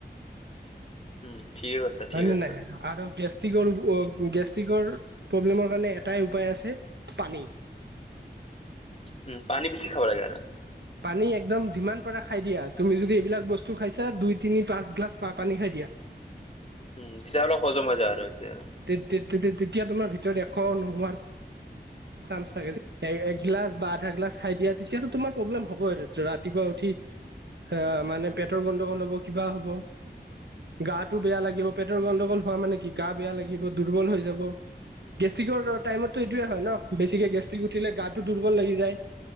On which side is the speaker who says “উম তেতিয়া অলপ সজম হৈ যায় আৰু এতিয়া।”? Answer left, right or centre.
Left